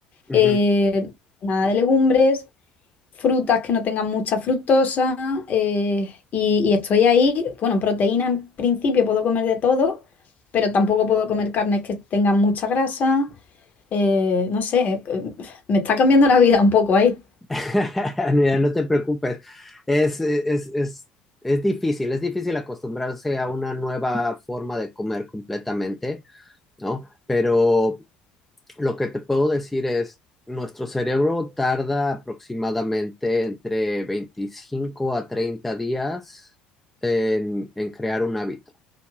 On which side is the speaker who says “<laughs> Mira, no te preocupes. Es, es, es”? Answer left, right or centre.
Centre